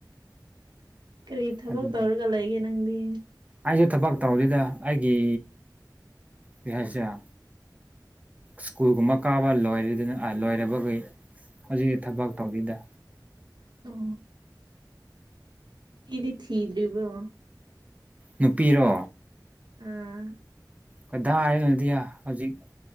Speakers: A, on the right; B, on the right.
A: ꯀ꯭ꯔꯤ ꯊꯕꯛ
B: ꯑꯗꯨꯅꯦ
A: ꯇꯧꯔꯒ ꯂꯩꯒꯦ ꯅꯪꯗꯤ?
B: ꯑꯩꯁꯨ ꯊꯕꯛ ꯇꯧꯗꯦꯗ ꯑꯩꯒꯤ ꯀ꯭ꯔꯤ ꯍꯥꯏꯁꯔ ꯁ꯭ꯀꯨꯜꯒꯨꯝꯕ ꯀꯥꯕ ꯂꯣꯏꯔꯦꯗꯅ ꯑꯥ ꯂꯣꯏꯔꯦꯕꯒꯤ꯫ ꯍꯧꯖꯤꯛ ꯊꯕꯛ ꯇꯧꯗ꯭ꯔꯤꯗ꯫
A: ꯑꯣ ꯊꯤꯗꯤ ꯊꯤꯗ꯭ꯔꯤꯕ꯭ꯔꯣ?
B: ꯅꯨꯄꯤꯔꯣ?
A: ꯑꯥ
B: ꯀꯗꯥꯏ ꯗꯩꯅꯣꯗꯤ ꯍꯧꯖꯤꯛ